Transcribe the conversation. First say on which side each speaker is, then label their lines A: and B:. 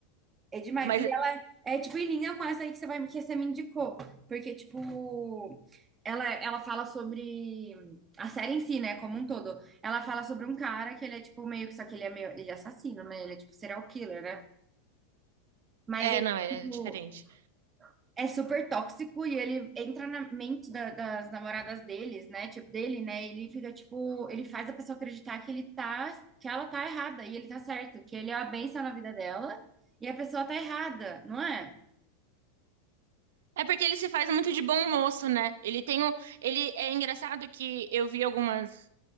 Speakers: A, on the right (about 20°); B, on the right (about 80°).
A: É demais.
B: Mas
A: É tipo em linha com essa aí que você vai que você me indicou, porque tipo ela ela fala sobre a série em si, né, como um todo. Ela fala sobre um cara que ele é tipo meio que só que ele é meio ele é assassino, né? Ele é tipo serial killer, né? Mas
B: é,
A: ele
B: não, é
A: tipo
B: diferente.
A: é super tóxico e ele entra na mente da- das namoradas deles, né? Tipo dele, né? Ele fica tipo ele faz a pessoa acreditar que ele tá que ela tá errada e ele tá certo, que ele é a bênção na vida dela e a pessoa tá errada, não é?
B: É porque ele se faz muito de bom moço, né? Ele tem um, ele é engraçado que eu vi algumas,